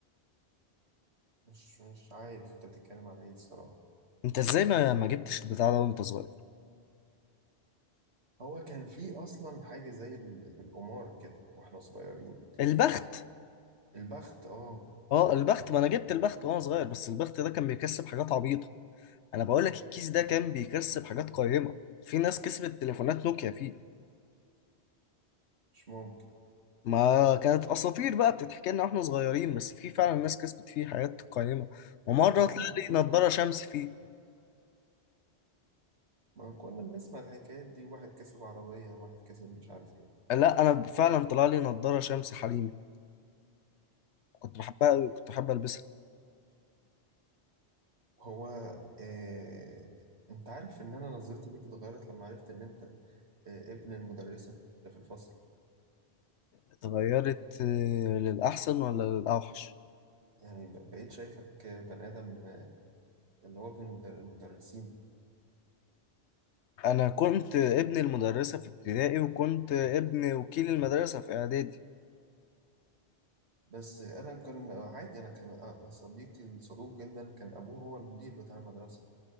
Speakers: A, on the right; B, on the left.
A: مش مش عارف انت بتتكلم على ايه الصراحه
B: انت ازاي ما ما جبتش البتاع ده وانت صغير
A: هو كان في اصلا حاجه زي ال- القمار كده واحنا صغيرين
B: البخت
A: البخت اه
B: اه البخت ما انا جبت البخت وانا صغير بس البخت ده كان بيكسب حاجات عبيطه انا بقول لك الكيس ده كان بيكسب حاجات قيمه في ناس كسبت تليفونات نوكيا فيه
A: مش ممكن
B: ما كانت اساطير بقى بتتحكي لنا واحنا صغيرين بس في فعلا ناس كسبت فيه حاجات قيمه ومره
A: يا عم
B: طلع لي نضاره شمس فيه
A: ما كنا بنسمع الحكايات دي واحد كسب عربية وواحد كسب مش عارف ايه
B: لا انا فعلا طلع لي نضاره شمس حريمي كنت بحبها قوي كنت بحب البسها
A: هو إيه... انت عارف ان انا نظرتي ليك اتغيرت لما عرفت ان انت إيه ابن المدرسة اللي في الفصل
B: اتغيرت آه، للأحسن ولا للأوحش
A: يعني ب- بقيت شايفك آه، بني ادم آه، اللي هو ابن المدر- المدرسين
B: أنا كنت ابن المدرسة في ابتدائي وكنت ابن وكيل المدرسة في إعدادي
A: بس آه، انا كان عادي انا كان آه، صديقي الصدوق جدا كان ابوه هو المدير بتاع المدرسة